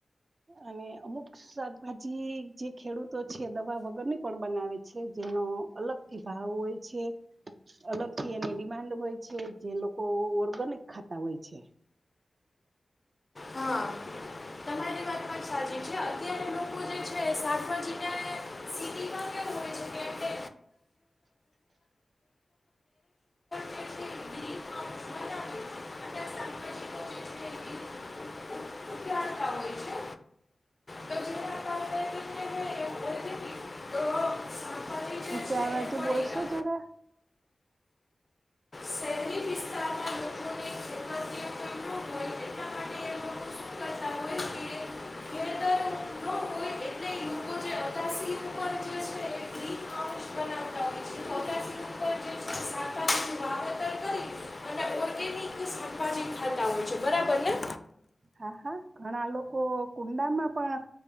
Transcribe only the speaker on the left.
હા તમારી વાત પણ સાચી છે અત્યારે લોકો જે છે, શકવાજીલા સિટીમાં કેું હોય છે કે બનાવે અને શાકભાજીનો જે છે એ ઉ- ઉગાડતા હોય છે તો જેના કારણે તેમને ઓર્ગેનિક શાકભાજી જે
છે
એ મળી
રહે
શહેરી વિસ્તારમાં લોકોને ખેતર કે કંઈ ન હોય એટલા માટે એ લોકો શું કરતા હોય કે ખેતર ન હોય એટલે એ લોકો જે અગાસી ઉપર જે છે એ ગ્રીન હાઉસ બનાવતા હોય છે તો અગાસી ઉપર જે છે શાકભાજીનું વાવેતર કરી અને ઓર્ગેનિક શાકભાજી ખાતા હોય છે બરાબર ને